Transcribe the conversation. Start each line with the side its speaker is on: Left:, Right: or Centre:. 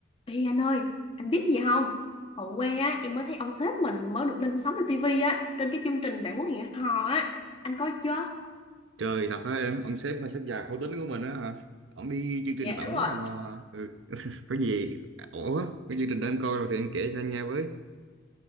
Left: Ê anh ơi, anh biết gì không? Ở quê á, em mới thấy ông sếp mình mới được lên sóng trên tivi á, trên cái chương trình Bạn muốn hẹn hò á. Anh coi chưa?
Right: Trời thật hả em, ông sếp mà sếp già khổ tính của mình á hả? Ông đi chương trình
Left: Dạ
Right: bạn
Left: đúng rồi
Right: muốn ăn hò hả? Ừ. <laughs> Có gì ổn á, cái chương trình đó anh coi rồi thì em kể cho anh nghe với.